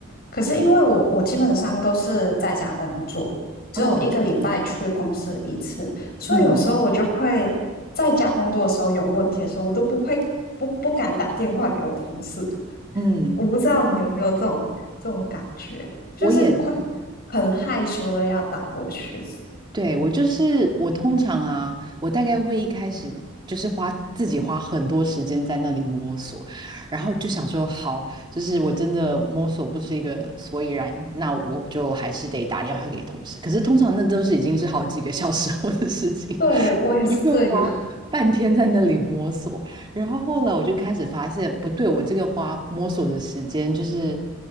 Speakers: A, on the left (about 50°); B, on the right (about 25°).
A: 可是因为我我基本上都是在家工作，只有一个礼拜去公司一次，
B: 哦，
A: 所以有时候我就会在家工作的时候有问题的时候，
B: 嗯
A: 我都不会不不敢打电话给我同事，
B: 嗯，
A: 我不知道你有没有这种这种感觉，就是快很害羞的要打过去。
B: 我也是，对，我就是我通常啊，我大概会一开始就是花自己花很多时间在那里摸索，然后就想说好，就是我真的摸索不出一个所以然，那我就还是得打电话给同事。可是通常那都是已经是好几个小时后的事情，
A: 对，
B: <laughs>
A: 我也是这样，
B: 我就会花半天在那里摸索。然后后来我就开始发现不对，我这个花摸索的时间就是，